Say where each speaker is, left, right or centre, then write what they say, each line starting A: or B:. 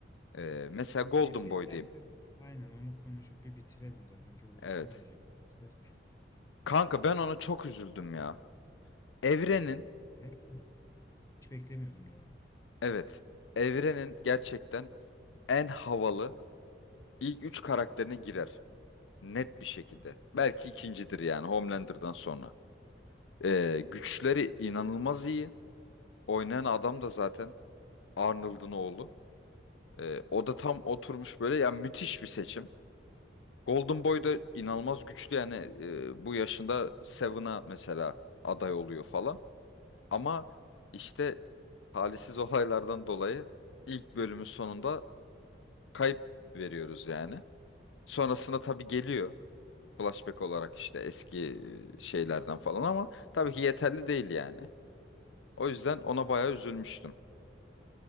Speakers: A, on the left; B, on the left.
A: E, mesela Golden
B: Başta istersen
A: Boy diyeyim.
B: aynen onu konuşup bir bitirelim zaten. Çok uzun
A: Evet.
B: sürmeyecek maalesef.
A: Kanka ben ona çok üzüldüm ya. Evrenin
B: Hep hiç beklemiyordum daha.
A: Evet. Evrenin gerçekten en havalı ilk üç karakterine girer. Net bir şekilde. Belki ikincidir yani Homelander'dan sonra. Ee, güçleri
B: Hı hı.
A: inanılmaz iyi. Oynayan adam da zaten Arnold'un oğlu. Ee, o da tam oturmuş böyle yani müthiş bir seçim. Golden Boy da inanılmaz güçlü yani e, bu yaşında Seven'a mesela aday oluyor falan. Ama işte talihsiz olaylardan dolayı ilk bölümün sonunda kayıp veriyoruz yani. Sonrasında tabii geliyor flashback olarak işte eski e, şeylerden falan ama tabii ki yeterli değil yani. O yüzden ona
B: Evet.
A: bayağı üzülmüştüm.